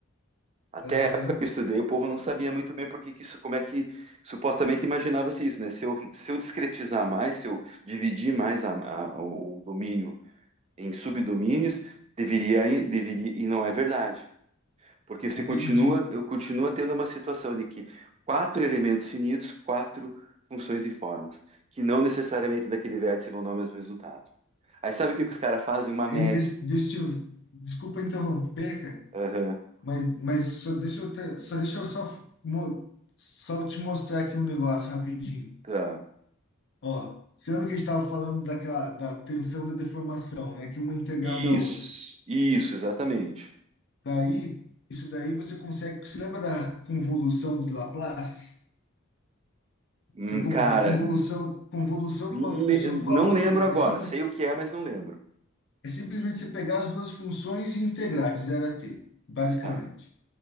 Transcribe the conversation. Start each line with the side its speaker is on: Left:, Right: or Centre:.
Right: Até
Left: Aham,
Right: a época que eu estudei, o povo não sabia muito bem por que que isso, como é que supostamente imaginava-se isso, né? Se eu, se eu discretizar mais, se eu dividir mais a- a- o domínio em subdomínios, deveria, deveria, e não é verdade. Porque você
Left: entendi.
Right: continua, eu continuo tendo uma situação de que quatro elementos finitos, quatro funções e formas, que não necessariamente daquele vértice vão dar o mesmo resultado. Aí sabe o que que os caras fazem? Uma média.
Left: Ainda, deixa eu, desculpa interromper, cara,
Right: Aham.
Left: mas, mas só deixa eu te- só deixa eu só, mo- só te mostrar aqui um negócio rapidinho.
Right: Tá.
Left: Ó, você lembra que a gente estava falando daquela, da tensão da deformação, né? Que uma é integral
Right: Isso,
Left: da outra.
Right: isso, exatamente.
Left: Daí, isso daí você consegue. Você lembra da convolução de Laplace?
Right: Hum,
Left: Que a con-
Right: cara,
Left: a convolução, convolução
Right: le-
Left: de uma função
Right: não
Left: com a outra
Right: lembro agora.
Left: é, simples,
Right: Sei o que é, mas não lembro.
Left: é simplesmente você pegar as duas funções e integrar de zero a t, basicamente.
Right: Tá,